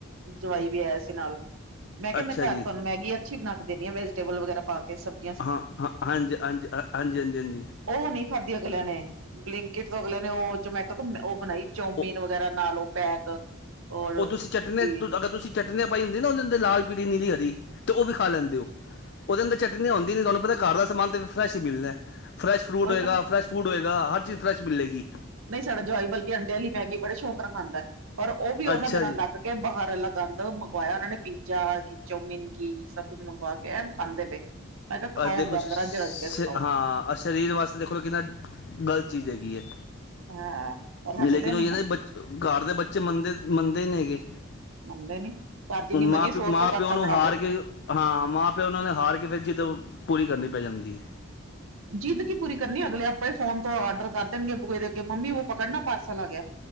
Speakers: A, on the right (about 80°); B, on the left (about 55°).
A: ਜਵਾਈ ਵੀ ਆਇਆ ਸੀ ਨਾਲ। ਮੈਂ ਕਿਹਾ
B: ਅੱਛਾ
A: ਮੈਂ ਘਰ
B: ਜੀ
A: ਤੁਹਾਨੂੰ ਮੈਗੀ ਅੱਛੀ ਬਣਾ ਕੇ ਦੇਣੀ ਆ ਵੇਜੀਟੇਬਲ ਵਗੈਰਾ ਪਾ ਕੇ ਸਬੀ
B: ਹਾਂ-ਹਾਂ, ਹਾਂਜੀ-ਹਾਂਜੀ-ਹਾਂਜੀ-ਹਾਂਜੀ-ਹਾਂਜੀ।
A: ਉਹ ਨਹੀਂ ਖਾਧੀ ਅਗਲਿਆਂ ਨੇ ਬਲਿੰਕਿਟ ਤੋਂ ਅਗਲਿਆਂ ਨੇ ਉਹ ਜਮੈਟੋ ਤੋ ਉਹ ਬਣਾਈ ਚੋਮੀਨ
B: ਉਹ-
A: ਵਗੈਰਾ ਨਾਲ ਉਹ ਪੈਕ ਔਰ
B: ਉਹ ਤੁਸੀਂ ਚਟਨੀ
A: ਕੀ
B: ਅਗਰ ਤੁਸੀਂ ਚਟਨੀਆਂ ਪਾਈ ਹੁੰਦੀ ਨਾ ਉਹ ਦੇ ਅੰਦਰ ਲਾਲ, ਪੀੜ, ਨੀਰੀ, ਹਰੀ ਤੇ ਉਹ ਵੀ ਖਾ ਲੈਂਦੇ ਹੋ। ਉਹਦੇ ਅੰਦਰ ਚਟਨੀ ਆਂਦੀ ਨੀ, ਤੁਹਾਨੂੰ ਪਤਾ ਘਰ ਦਾ ਸਮਾਨ ਤਾਂ ਫੈਸ਼ ਹੀ ਮਿਲਣਾ, ਫਰੈਸ਼ ਫਰੂਟ
A: ਉਹੀ
B: ਹੋਏਗਾ
A: ਤਾਂ
B: ਫਰੈਸ਼ ਫੂਡ ਹੋਏਗਾ, ਹਰ ਚੀਜ਼ ਫਰੈਸ਼ ਮਿਲੇੇਗੀ।
A: ਨਹੀਂ ਸਾਡਾ ਜਵਾਈ ਬਲਕਿ ਅੰਡੇ ਵਾਲੀ ਮੈਗੀ ਬੜੇ ਸ਼ੌਂਕ ਨਾਲ ਖਾਂਦਾ ਐ ਪਰ ਉਹ ਵੀ ਉਹਨਾਂ
B: ਅੱਛਾ
A: ਦਿਨਾ
B: ਜੀ
A: ਤੱਕ ਕੇ ਬਾਹਰ ਆਲਾ ਗੰਦ ਮੰਗਵਾਇਆ ਉਹਨਾਂ ਨੇ ਪੀਜ਼ਾ ਚੌਮਿਨ ਕੀ ਸਭ ਕੁੱਝ ਮੰਗਵਾ ਕੇ ਐਨ ਖਾਂਦੇ ਪਏ, ਮੈਂ ਕਿਹਾ ਖਾਓ
B: ਆ ਦੇਖੋ
A: ਗੰਦ
B: ਸ਼- ਸ਼-
A: ਰੱਜ-ਰੱਜ ਕੇ ਖਾਓ।
B: ਹਾਂ ਸਰੀਰ ਵਾਸਤੇ ਦੇਖ ਲਓ ਕਿੰਨਾ ਗਲਤ ਚੀਜ਼ ਹੈਗੀ ਐਂ
A: ਹਾਂ ਪਰ ਹਟਦੇ
B: ਲੇਕਿਨ
A: ਨੀ
B: ਉਹ ਨਾ ਬ ਘਰ ਦੇ ਬੱਚੇ ਮੰਨਦੇ ਮੰਨਦੇ ਹੀ ਨੀ ਹੈਗੇ
A: ਮੰਨਦੇ ਨੀ, ਘਰ ਜਿੰਨੀ
B: ਹੁਣ
A: ਮਰਜੀ
B: ਮਾਂ ਪਿਓ
A: ਸੌ-ਸੌ
B: ਮਾਂ
A: ਬਾਤਾਂ
B: ਪਿਓ ਨੂੰ
A: ਪੜਾ
B: ਹਾਰ
A: ਲਓ।
B: ਕੇ ਹਾਂ ਮਾਂ ਪਿਓ ਉਹਨਾਂ ਨੇ ਹਾਰ ਕੇ ਫਿਰ ਜਿੱਦੋਂ ਪੂਰੀ ਕਰਨੀ ਪੈ ਜਾਂਦੀ ਏ।
A: ਜਿੱਦ ਕੀ ਪੂਰੀ ਕਰਨੀ ਅਗਲੇ ਆਪਣੇ ਫੋਨ ਤੋਂ ਆਡਰ ਕਰ ਦੇਣਗੇ ਬੂੇ ਦੇ ਅੱਗੇ ਮੰਮੀ ਉਹ ਪਕੜਨਾ ਪਾਰਸਲ ਆ ਗਿਆ।